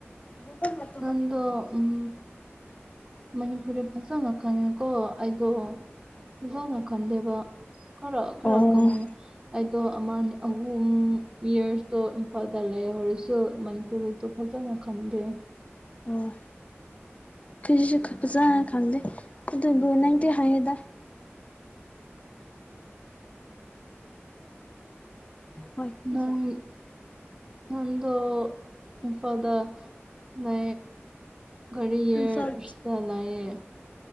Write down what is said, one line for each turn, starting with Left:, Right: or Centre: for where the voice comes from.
Left: <inaudible>
Right: ꯅꯪꯗꯣ ꯎꯝ ꯃꯅꯤꯄꯨꯔꯤ ꯐꯖꯅ ꯈꯪꯉꯦꯀꯣ ꯑꯩꯗꯣ ꯐꯖꯥꯅ ꯈꯡꯗꯦꯕ ꯈꯔ ꯈꯔ
Left: ꯑꯣ
Right: ꯈꯪꯉꯦ ꯑꯩꯗꯣ ꯑꯃ ꯑꯍꯨꯝ ꯌꯔꯁꯇꯣ ꯏꯝꯐꯥꯜꯗ ꯂꯩꯍꯧꯔꯁꯨ ꯃꯅꯤꯄꯨꯔꯤꯗꯣ ꯐꯖ ꯐꯖꯅ ꯈꯡꯗꯦ
Left: ꯑꯣ ꯑꯩꯈꯣꯏꯁꯨ ꯐꯖꯥꯅ ꯈꯪꯗꯦ ꯑꯗꯨꯕꯨ ꯅꯪꯗꯤ ꯍꯥꯏꯌꯦꯗ ꯍꯣꯏ ꯊꯥꯖ
Right: ꯅꯪ ꯅꯪꯗꯣ ꯏꯝꯐꯥꯜꯗ ꯅ ꯀꯔꯤꯌꯔꯁꯇꯥ
Left: ꯏꯝꯐꯥꯜ
Right: ꯂꯤꯏꯌꯦ